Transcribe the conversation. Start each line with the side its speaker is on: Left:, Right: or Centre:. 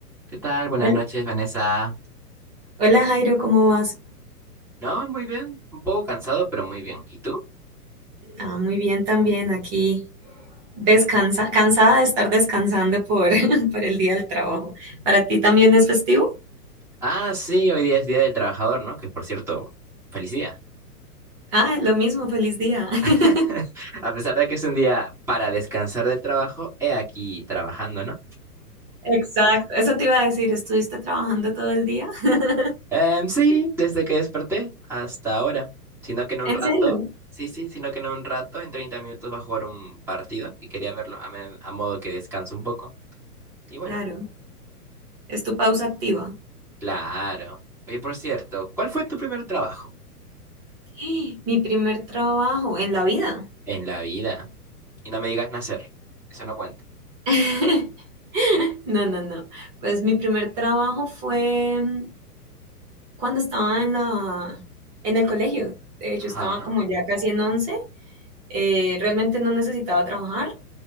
Centre: ¿Qué tal? Buenas
Right: Hola,
Centre: noches, Vanessa.
Right: hola, Jairo, ¿cómo vas?
Centre: No, muy bien. Un poco cansado, pero muy bien. ¿Y tú?
Right: Ah, muy bien también aquí, descansa, cansada de estar descansando por, <laughs> por el día del trabajo. ¿Para ti también es festivo?
Centre: Ah, sí, hoy día es Día del Trabajador, ¿no? Que por cierto, feliz día.
Right: Ah, lo mismo, feliz día. <laughs>
Centre: <laughs> A pesar de que es un día para descansar del trabajo, he aquí trabajando, ¿no?
Right: Exacto, eso te iba a decir, ¿estuviste trabajando todo el día? <laughs>
Centre: Em, sí, desde que desperté hasta ahora. Sino que en un
Right: ¿En
Centre: rato,
Right: serio?
Centre: sí, sí, sino que en un rato, en 30 minutos, va a jugar un partido y quería verlo a, me- a modo que descanso un poco. Y bueno,
Right: Claro, es tu pausa activa.
Centre: claro. Oye, por cierto, ¿cuál fue tu primer trabajo?
Right: <gasps> Mi primer trabajo en la vida.
Centre: En la vida. Y no me digas nacer. Eso no cuenta.
Right: <laughs> No, no, no. Pues mi primer trabajo fue mm, cuando estaba en la, en el colegio. De hecho,
Centre: Ajá.
Right: estaba como ya casi en 11. Eh, realmente no necesitaba trabajar,